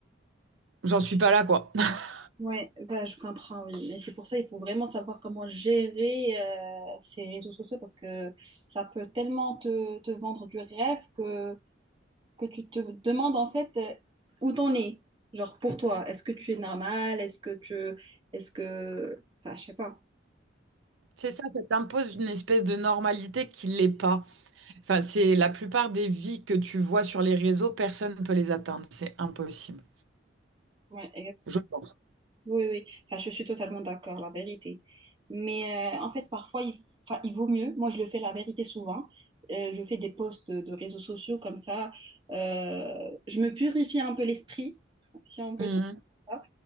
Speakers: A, on the right (about 85°); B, on the right (about 25°).
A: j'en suis pas là, quoi. <laughs>
B: Ouais, bah, je comprends, oui. Et c'est pour ça il faut vraiment savoir comment gérer euh, ces réseaux sociaux parce que ça peut tellement te, te vendre du rêve que, que tu te demandes en fait euh, où t'en es. Genre pour toi, est-ce que tu es normal? Est-ce que tu... Est-ce que... Enfin, je sais pas.
A: C'est ça, ça t'impose une espèce de normalité qui l'est pas. Enfin, c'est la plupart des vies que tu vois sur les réseaux, personne ne peut les atteindre. C'est impossible.
B: Ouais,
A: Je pense.
B: Oui, oui. Enfin, je suis totalement d'accord, la vérité. Mais euh, en fait, parfois, il, fa- il vaut mieux. Moi, je le fais la vérité souvent. Euh, je fais des posts de, de réseaux sociaux comme ça. Euh, je me purifie un peu l'esprit, si on peut
A: Mhm.
B: dire ça.